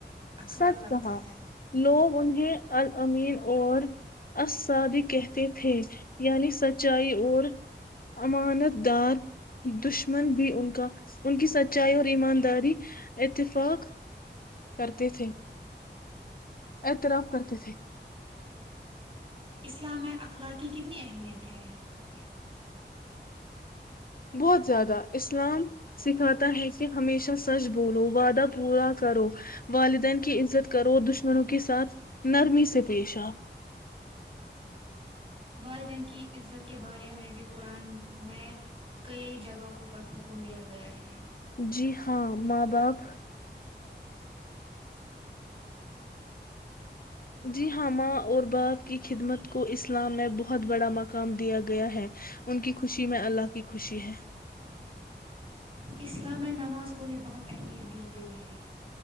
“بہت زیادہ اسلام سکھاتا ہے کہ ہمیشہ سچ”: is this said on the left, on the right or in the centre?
Left